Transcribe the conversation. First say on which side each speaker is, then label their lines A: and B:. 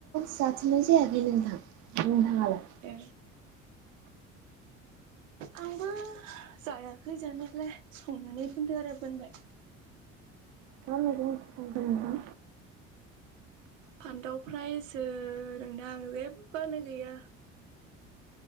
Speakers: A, on the right; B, on the right.
A: जाथेनाय जायाखै नोंथां नोंथाङालाय?
B: ए आंबो जायाखै जानायलाय संनानै फोनदो आरो बोनबाय
A: मा मेगं <unintelligible> नोंथां
B: फान्दाव फ्रायसो रोंद आं जेबोयानो गैया।